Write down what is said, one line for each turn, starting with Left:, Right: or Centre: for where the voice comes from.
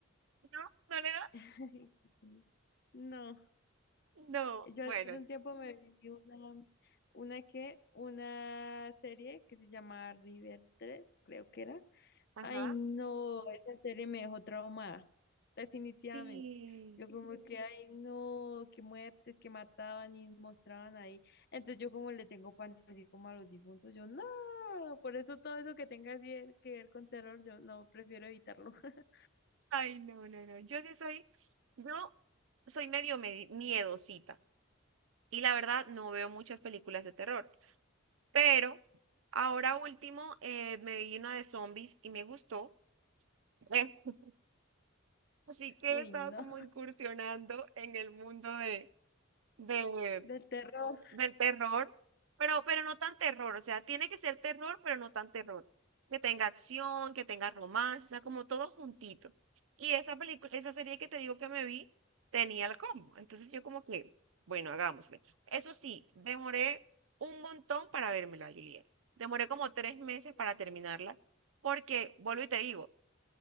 Right: ¿No? ¿No le das?
Left: <laughs> No.
Right: No,
Left: Yo
Right: bueno,
Left: hace un tiempo me vi una, una que, una serie que se llama Riverdale, creo que era.
Right: ajá.
Left: Ay, no, esa serie me dejó traumada, definitivamente.
Right: Sí.
Left: Yo como que, ay, no, qué muertes que mataban y mostraban ahí. Entonces yo como le tengo pan así como a los difuntos, yo no, por eso todo eso que tenga así de- que ver con terror, yo no, prefiero evitarlo. <laughs>
Right: Ay, no, no, no. Yo sí soy, yo soy medio medi- miedosita y la verdad no veo muchas películas de terror, pero ahora último eh, me vi una de zombies y me gustó. <laughs> Eh, así que
Left: Uy,
Right: he estado
Left: no,
Right: como incursionando en el mundo de, de,
Left: del terror.
Right: Del terror, pero, pero no tan terror, o sea, tiene que ser terror, pero no tan terror. Que tenga acción, que tenga romance, o sea, como todo juntito. Y esa película, esa serie que te digo que me vi, tenía el combo. Entonces yo como que, bueno, hagámosle. Eso sí, demoré un montón para vérmela, Juliet. Demoré como tres meses
Left: ¿De
Right: para terminarla, porque, vuelvo y te digo,